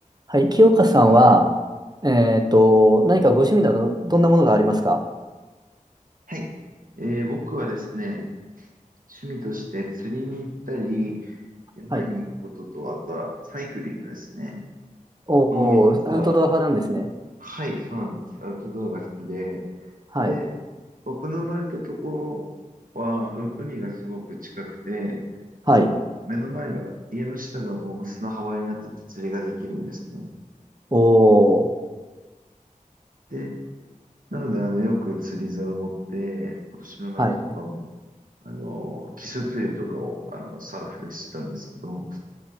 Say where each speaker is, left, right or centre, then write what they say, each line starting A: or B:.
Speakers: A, on the right (about 30°); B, on the right (about 80°).
A: はい、清香さんは、えっと、何かご趣味など、どんなものがありますか
B: はい。えー僕はですね、趣味として釣りに行ったり、山に行くことと、
A: はい。
B: あとはサイクリングですね。
A: おお、
B: この3つが、
A: アウトドア派なんですね。
B: はい、そうなんです。アウトドアが好きで。
A: はい。
B: で、僕の生まれたところは、う海がすごく近くて、
A: はい。
B: 目の前が、家の下がもう砂浜になってて釣りができるんですね。
A: おお、
B: で、なので、あの、よく釣り竿を持って、今年の夏とかも、
A: はい。
B: あの、キス釣りとかを、あの、サーフでしてたんですけど、